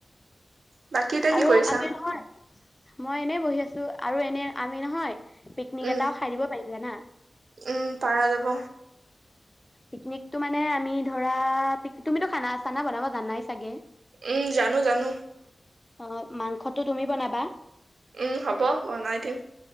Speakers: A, on the right; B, on the left.
A: বাকী এতিয়া
B: আৰু
A: কি কৰিছা
B: আমি নহয় মই এনেই বহি আছো আৰু এনে আমি নহয়। পিকনিক
A: উম-উম
B: এটাও খাই দিব পাৰিম জানা
A: পাৰা যাব।
B: পিকনিকটো মানে মানে আমি ধৰা তুমিতো খানা চানা বনাব জান নাই চাগে।
A: উম জানো-জানো।
B: অ মাংসটো তুমি বনাবা।
A: উম' হ'ব বনাই দিম।